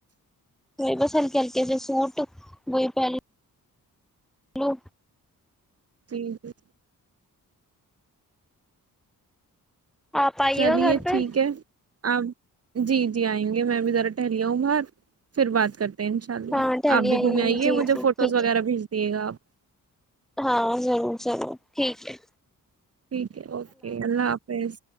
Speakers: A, in the centre; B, on the right.
A: نہیں بس ہلکے ہلکے سے سوٹ وہئی پہل للو
B: ٹھیک ہے
A: آپ آئیے
B: چلیے
A: گا گھر پہ
B: ٹھیک ہے آپ جی جی آئیں گے میں بھی ذرا ٹہلیا ہوں باہر پھر بات کرتے انشاء اللہ
A: ہاں ٹہلی
B: آپ بھی گھومے آئیے
A: جی
B: مجھے
A: جی
B: فوٹوز
A: ٹھیک
B: وغیرہ
A: ہے
B: بھیج دییے گ آپ
A: ہاں ضرور ضرور ٹھیک ہے
B: ٹھیک ہے اوکے اللہ حافظ